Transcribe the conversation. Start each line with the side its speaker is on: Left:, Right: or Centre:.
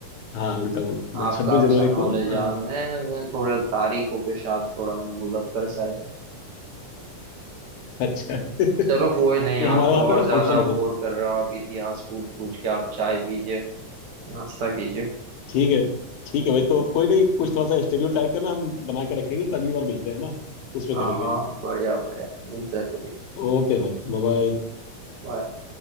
Left: हाँ उल्टा बोल दिया
Right: आपका
Left: छब्बीस
Right: अच्छा
Left: जनवरी
Right: नॉलेज
Left: को अ,
Right: है मैं मैं थोड़ा तारीखों के साथ थोड़ा मैं भुलक कर सा ही हूँ
Left: अच्छा <laughs> नहीं
Right: चलो कोई नहीं आप
Left: हमारे
Right: तो
Left: यहाँ
Right: और
Left: पे ना
Right: ज्यादा
Left: फंक्शन होते
Right: बोर
Left: थे
Right: कर रहे हो आप इतिहास पूछ पूछ के आप चाय पीजिए नाश्ता कीजिए
Left: ठीक है ठीक है भाई तो कोई नहीं कुछ थोड़ा सा स्टेरियो टाइप का ना हम बना के रखेंगे तो अगली बार मिलते हैं ना उसमें
Right: हाँ
Left: करेंगे
Right: हाँ बढ़िया बढ़िया मिलते हैं कभी
Left: ओके भाई बाय बाय।
Right: बाय